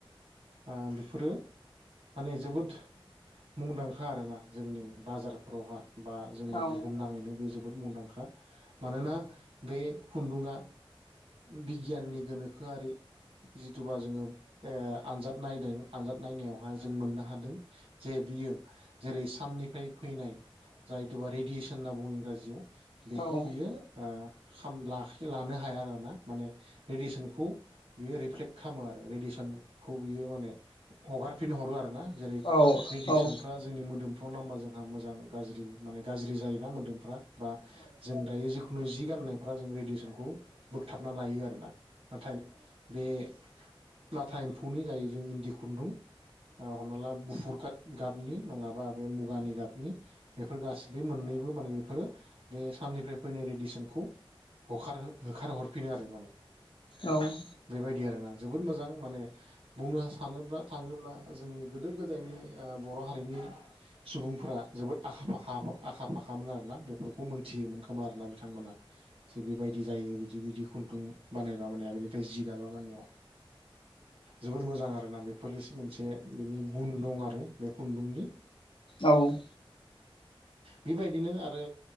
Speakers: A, on the right (about 75°); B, on the left (about 65°).
A: ओ बेफोरो माने, जोबोद मुंदांखा आरोना ‌। जोंनि बाजारफोरावहाय बा जोंनि
B: औ
A: बुहुम नांङैनो बे जोबोद मुंदांखा। मानोना, बे खुन्दुंङा बिगियाननि गोनोखोआरि जिथुबा जोंङो ओ आनजाद नायदों, आनजाद नायनायावहाय जों मोननो हादों। जे बियो जेरै-साननिफ्राय फैनाय जायथुबा रेडियेसन होनना बुंङो इंराजिआव। बेखौ
B: औ औ
A: बियो ओ खामलाखोव लानो हाया आरो ना। माने रेडिसनखौव बियो रिफ्लेक्ट खालामो आरो। रेडिसन खौ बियो माने हगारफिन हरो आरो ना। जेरै-
B: औ औ
A: रेडियेसनफ्रा
B: औ
A: जोंनि मोदोम आव नांबा जोंहा मोजां, गाज्रि माने गाज्रि जायोना मोदोमफ्रा। बा जों दायो खुननिजि गाननायफ्रा जों रेडियेसनखौ बोगथाबना लायो आरो ना। नाथाय बे-लाथा एम्फौनि जाय जों इन्दि खुन्दुं हमना ला, गुफुर गाबनि नङाबा बे मुगानि गाबनि बेफोर गासिबो मोननैबो माने बेफोरो बे साननिफ्राय फैनाय रेडियेसनखौ हगार, होखार हरफिनो आरो माने।
B: औव।
A: बेबायदि आरोना। जोबोद मोजां माने बुंनो सानोब्ला, थांङोब्ला जोंनि गोदो- गोदायनि बर' हारिनि सुबुंफोरा जोबोद आखा-फाखा, आखा फाखामोन आरोना बेफोरखौ मोनथियोमोन खोमा आरोना बिथांमोना। थिग बेबायदि जायो। बिदि-बिदि खुन्दुं बानायबा मानया बेनिफ्राय जि दाबा मानेया जोबोर मोजां आरोना। बेफोर मोनसे बिनि गुन दं आरो बे खुन्दुंनि।
B: औव।
A: बेबायदिनो आरो